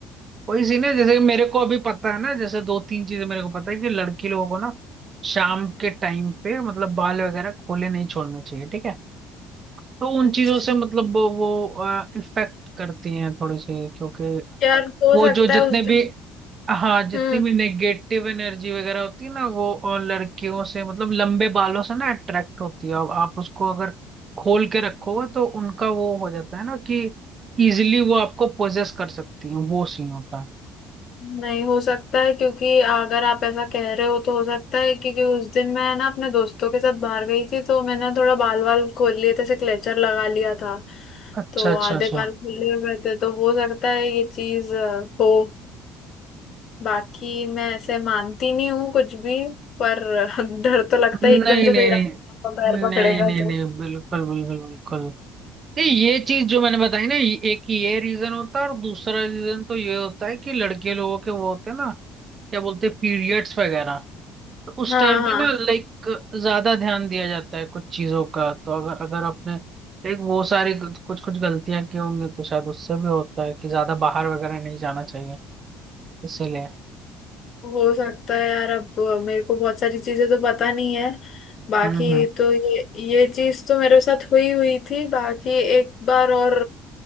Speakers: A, on the right; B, on the left.
A: वही सीन है जैसे कि मेरे को अभी पता है ना जैसे दो तीन चीजें मेरे को पता है कि लड़की लोगों को ना शाम के टाइम पे मतलब बाल वगैरह खोले नहीं छोड़ने चाहिए ठीक है तो उन
B: अच्छा
A: चीजों से मतलब वो इफेक्ट करती हैं थोड़ी सी क्योंकि
B: यार हो
A: वो
B: सकता
A: जो जितने
B: है उस
A: भी
B: दिन
A: हाँ जितनी
B: हम्म
A: भी नेगेटिव एनर्जी वगैरह होती है ना वो अ, लड़कियों से मतलब लंबे बालों से ना अट्रैक्ट होती है अब आप उसको अगर खोल के रखोगे तो उनका वो हो जाता है ना कि इजिली वो आपको पोजेस कर सकती है वो सीन होता है
B: नहीं हो सकता है क्योंकि अगर आप ऐसा कह रहे हो तो हो सकता है क्योंकि उस दिन मैं ना अपने दोस्तों के साथ बाहर गई थी तो मैंने थोड़ा बाल वाल खोल लिए थे ऐसे क्लेचर लगा लिया था
A: अच्छा
B: तो
A: अच्छा
B: आधे
A: अच्छा
B: बाल खुले हुए थे तो हो सकता है ये चीज अ, हो बाकी मैं ऐसे मानती नहीं हूँ कुछ भी पर <laughs> डर तो लगता
A: नहीं
B: है एकदम से
A: नहीं
B: कोई
A: नहीं
B: रात को पैर पकड़ेगा
A: नहीं नहीं
B: तो
A: नहीं बिल्कुल बिल्कुल बिल्कुल नहीं ये चीज जो मैंने बताई ना ये- एक ये रीजन होता है और दूसरा रीजन तो ये होता है कि लड़के लोगों के वो होते हैं ना क्या बोलते हैं पीरियड्स वगैरह तो उस
B: हाँ
A: टाइम
B: हाँ
A: पे ना लाइक ज्यादा ध्यान दिया जाता है कुछ चीजों का तो अगर अगर आपने लाइक वो सारी कुछ कुछ गलतियां की होंगी तो शायद उससे भी होता है कि ज्यादा बाहर वगैरह नहीं जाना चाहिए इसीलिए
B: हो सकता है यार अब मेरे को बहुत सारी चीजें तो पता नहीं है बाकी
A: हम्म हम्म
B: तो ये ये चीज तो मेरे साथ हुई हुई थी बाकी एक बार और